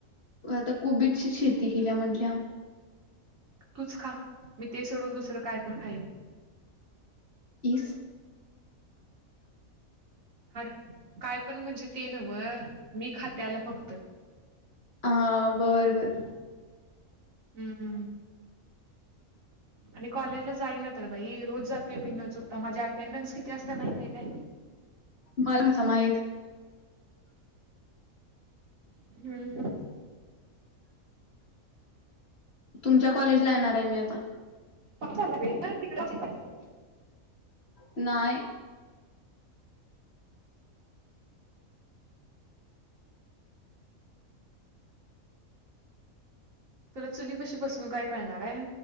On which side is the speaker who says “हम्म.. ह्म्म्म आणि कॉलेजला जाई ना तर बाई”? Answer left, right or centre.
Right